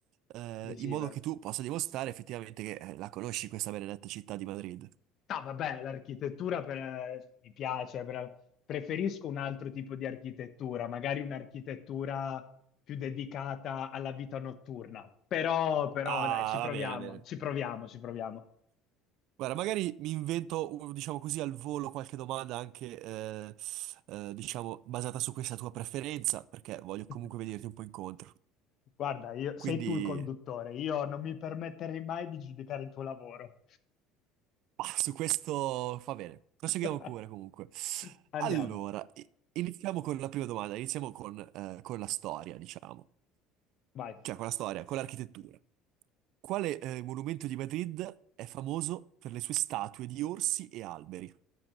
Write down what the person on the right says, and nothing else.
eh,
in modo che tu possa dimostrare effettivamente che eh, la conosci questa benedetta città di Madrid.
Ah,
va bene, va bene.
Guarda, magari mi invento, uh, diciamo così, al volo qualche domanda anche, eh, eh, diciamo, basata su questa tua preferenza, perché voglio
comunque venirti un po' incontro.
Quindi,
ah, su questo fa bene. Proseguiamo
pure, comunque. Allora,
i- iniziamo con la prima domanda, iniziamo con, eh, con la storia, diciamo.
Cioè, con la storia, con l'architettura. Quale, eh, monumento di Madrid è famoso per le sue statue di orsi e alberi?